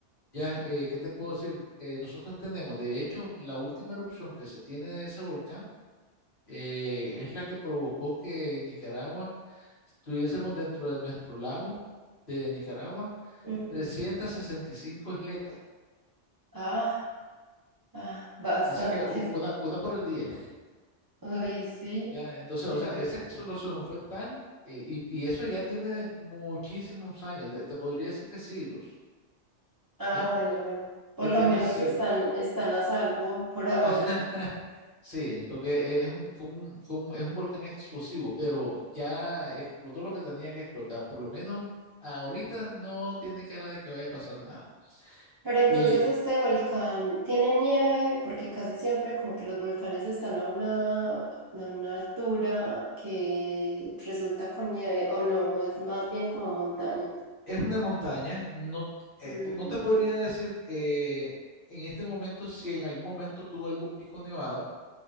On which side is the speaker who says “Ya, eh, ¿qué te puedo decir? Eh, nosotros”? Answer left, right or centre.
Left